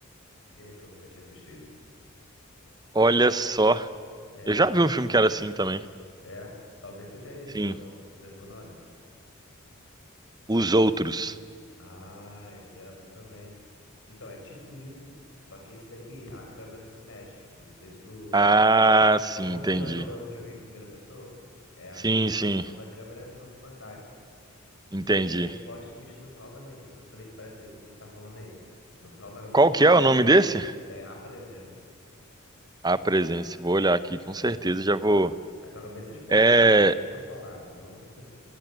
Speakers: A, on the left; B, on the right.
A: E aí que eu nunca tinha visto isso.
B: Olha só,
A: É.
B: eu já vi um filme que era assim também.
A: É, talvez seja esse,
B: Sim,
A: né? Qual- Você lembra o nome?
B: Os Outros.
A: Ah, esse era bom também. Então, é tipo isso, só que esse daqui, a câmera se mexe. Não sei se tu.
B: Ah, sim,
A: Igual quando
B: entendi.
A: tu já jogando um videogame em primeira pessoa, é a visão,
B: Sim, sim,
A: a visão da câmera é a visão do fantasma.
B: entendi.
A: E tipo, tem plot twist no final também, por isso que eu falei que parece que esse tu tá falando aí. No final tua cabeça
B: Qual
A: explode.
B: que é o nome desse?
A: É a presença.
B: A Presença. Vou olhar aqui, com
A: É.
B: certeza já vou.
A: Aí tua cabeça explode,
B: É,
A: então não posso falar, senão. <laughs>